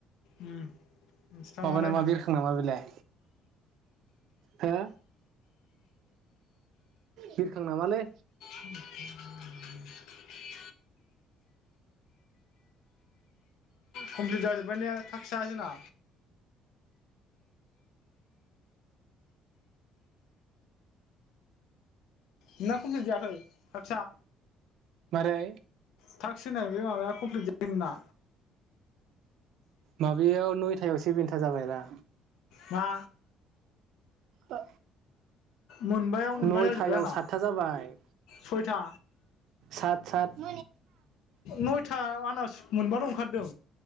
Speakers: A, on the left; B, on the right.
A: उम इन्सटामा
B: माबा
A: नायदोंमोन
B: नामा बिरखां नामा बेलाय? हो बिरखां नामालै?
A: <unintelligible> कमप्लिट जाजोबबाय लै थास्क आ जोंना। नोंंना‌ कमफ्लित जायाखै टास्ट आ?
B: मारै?
A: टास्क होननाय बे माबाया कमप्लिट जायाखै नोंना?
B: माबायाव नयथायाव सेबेन्था जाबायरा
A: मा?
B: ओ
A: मोनबायाव मोनबा
B: नयथायाव
A: जाजोब्बाय आंना
B: सातथा जाबाय
A: सयथा
B: सात सात
A: नयथा आंना मोनबाल' ओंखारदों